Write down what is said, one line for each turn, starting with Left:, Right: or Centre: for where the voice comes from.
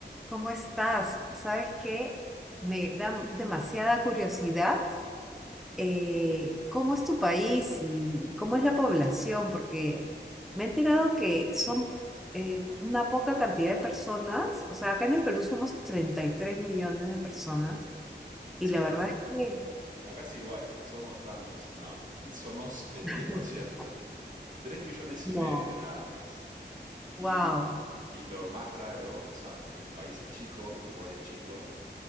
Centre: ¿Cómo estás? ¿Sabes qué? Me da demasiada curiosidad. eh, ¿cómo es tu país y cómo es la población? Porque me he enterado que son eh, una poca cantidad de personas. O sea, acá en el Perú somos 33 millones de personas. Y
Right: Sí,
Centre: la verdad
Right: ac-
Centre: es que
Right: acá es igual, somos tantos, no, <laughs> somos el
Centre: <laughs>
Right: diez por ciento tres millones
Centre: no.
Right: y medio nada más.
Centre: Wow.
Right: Y, y lo más raro, o sea, el país es chico, Uruguay es chico,